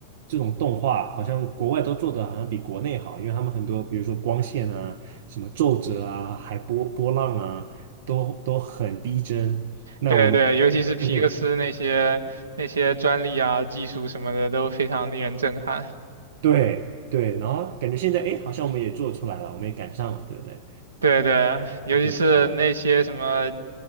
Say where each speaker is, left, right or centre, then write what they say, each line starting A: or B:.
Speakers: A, on the right; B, on the right.
A: 这种动画，好像国外都做的好像比国内好，因为他们很多，比如说光线啊、什么皱褶啊、海波波浪啊，都都很逼真。那我们
B: 对对，尤其是皮克斯那些那些专利啊、
A: <laughs> 因为。
B: 技术什么的都非常令人震撼。
A: 对对，然后感觉现在哎，诶好像我们也做出来了，我们也赶上了，对不对？
B: 对对，尤其是那些什么
A: 也挺长。的。